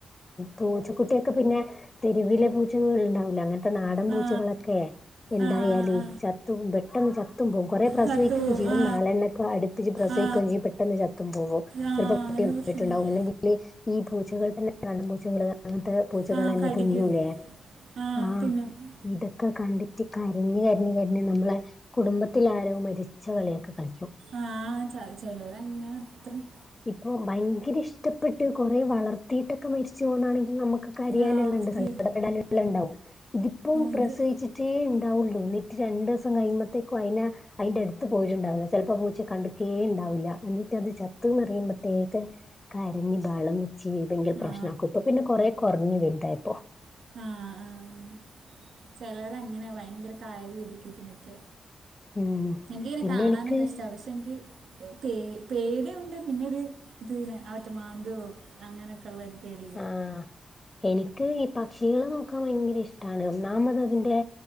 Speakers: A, on the left (about 20°); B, on the right (about 85°).
A: പൂച്ചക്കുട്ടിയൊക്കെ പിന്നെ തെരുവിലെ പൂച്ചകളുണ്ടാവില്ലെ അങ്ങനെ ത്തെ നാടൻ പൂച്ചകളൊക്കെ
B: ആ
A: എന്തായാല്
B: ആ ആ ആ
A: ചത്തും പെട്ടെന്ന് ചത്തും പോകും കൊറെ പ്രസവിക്കും
B: ചത്തുപോകും
A: ചെയ്യും
B: ആ
A: നാലെണ്ണൊക്കെ അടുപ്പിച്ച് പ്രസവിക്കും
B: ആ
A: ചെയ്യും പെട്ടെന്ന് ചത്തും പോവും
B: ആ
A: ചെലപ്പൊ
B: അങ്ങനെ
A: പട്ടി കൊന്നിട്ടുണ്ടാകും
B: പ്രശ്നമുണ്ട്
A: അല്ലെങ്കില് ഈ പൂച്ചകൾ തന്നെ കാടൻപൂച്ചകള് അത് പൂച്ചകളെന്നെ
B: ആ കടിക്കും
A: തിന്നൂലേ
B: ആ
A: ആഹ്
B: തിന്നും
A: ഇതൊക്കെ കണ്ടിട്ട് കരഞ്ഞ് കരഞ്ഞ് കര ഞ്ഞ് നമ്മളെ കുടുംബത്തിലാരോ മരിച്ച കളിയൊക്കെ കളിക്കും
B: ആഹ് ചെലോരങ്ങനെയത്രയും
A: ഇപ്പോ ഭയങ്കരിഷ്ടപ്പെട്ട് കൊറേ വളർത്തിയിട്ടൊക്കെ മരിച്ചു പോകുന്നാണെങ്കിൽ നമക്ക് അ കരയാനുള്ള്ണ്ട്
B: ആ അവർക്ക്
A: സങ്കടപ്പെടാനുള്ളണ്ടാവും ഇതിപ്പോ
B: ഇത്
A: പ്രസവിച്ചിട്ടേ ഇണ്ടാവുള്ളൂ രണ്ട് ദിവസം കയ്യുമ്പത്തേക്കും അയിനെ അയിന്റടുത്ത് പോയിട്ടുണ്ടാവില്ല ചെലപ്പൊ ആഹ് പൂച്ചയെ കണ്ടിക്കേ ഇണ്ടാവുല്ല എന്നിട്ടത് ചത്തൂന്നറിയുമ്പത്തേക്ക് കരഞ്ഞ് ബഹളം വെച്ച് ഭയങ്കര പ്രശ്നാക്കും
B: ആ
A: ഇപ്പൊപ്പിന്നെ കൊറേ കൊറഞ്ഞു വലുതായപ്പൊ
B: ആഹ് ആഹ് ആഹ് ചെലരങ്ങനെയാ ഭയങ്കര കാര്യായിരിക്കും ഇതിനൊക്കെ
A: ഉം
B: എനിക്കയിനെ
A: പിന്നെ
B: കാണാനൊക്കിഷ്ടാ
A: എനിക്ക്
B: പക്ഷെനിക്ക് പേ പേടിയാക്ണ്ട് പിന്നൊരു ഇത്ങ്ങനെ അവറ്റ മാന്തുവോ അങ്ങനൊക്കുള്ളൊരു പേടി
A: ആഹ് എനിക്ക് ഈ പക്ഷികളെ നോക്കാൻ ഭയങ്കര ഇഷ്ടാണ് ഒന്നാമതതിന്റെ